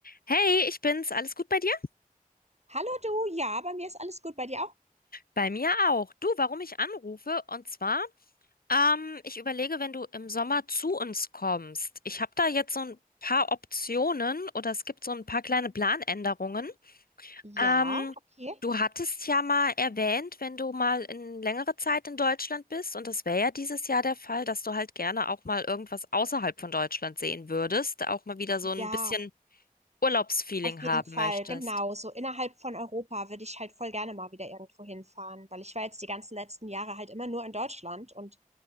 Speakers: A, on the left; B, on the right.
A: Hey, ich bin's. Alles gut bei dir?
B: Hallo du, ja, bei mir ist alles gut. Bei dir auch?
A: Bei mir auch. Du, warum ich anrufe? Und zwar, ähm, ich überlege, wenn du im Sommer zu uns kommst. Ich habe da jetzt so ein paar Optionen oder es gibt so ein paar kleine Planänderungen.
B: Ja,
A: Ähm,
B: okay.
A: du hattest ja mal erwähnt, wenn du mal in längere Zeit in Deutschland bist, und das wäre ja dieses Jahr der Fall, dass du halt gerne auch mal irgendwas außerhalb von Deutschland sehen würdest, auch mal wieder so ein
B: Ja,
A: bisschen Urlaubsfeeling
B: auf jeden
A: haben
B: Fall,
A: möchtest.
B: genau. So innerhalb von Europa würde ich halt voll gerne mal wieder irgendwo hinfahren, weil ich war jetzt die ganzen letzten Jahre halt immer nur in Deutschland und